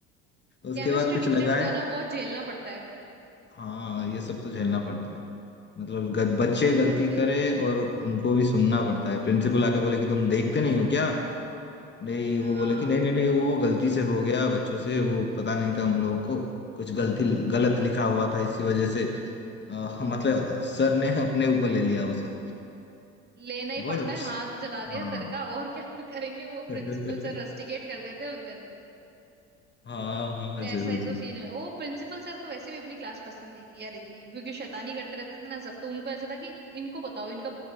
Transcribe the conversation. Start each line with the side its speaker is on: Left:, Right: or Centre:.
Left: उसके
Right: केमिस्ट्री
Left: बाद कुछ
Right: टीचर्स
Left: लगाए
Right: को है ना बहुत झेलना पड़ता है
Left: हाँ ये सब तो झेलना पड़ता है मतलब ग- बच्चे
Right: बहुत
Left: गलती
Right: ही
Left: करे और उनको भी सुनना पड़ता है प्रिंसिपल आके बोले कि तुम देखते नहीं हो क्या नहीं
Right: हाँ
Left: वो बोले कि नहीं नहीं नहीं वो गलती से हो गया बच्चों से वो पता नहीं था हम लोगों को कुछ गलती गलत
Right: हाँ
Left: लिखा हुआ था इसी वजह से अ, मतलब सर ने अपने ऊपर ले लिया वो सब
Right: लेना ही
Left: बहुत
Right: पड़ता
Left: अच्छा
Right: है हाथ जला दिया
Left: हाँ
Right: सर का और क्या <laughs> करेंगे वो
Left: <laughs>
Right: प्रिंसिपल सर रस्टिकेट कर देते हैं उस दिन
Left: हाँ हाँ,
Right: फिर
Left: जरूर
Right: ऐसा ही तो
Left: जरूर
Right: सीन है वो प्रिंसिपल सर को वैसे भी अपनी क्लास पसंद नहीं थी यार इतनी क्योंकि शैतानी करते रहते थे ना सब तो उनको ऐसा था कि इनको बताओ इनका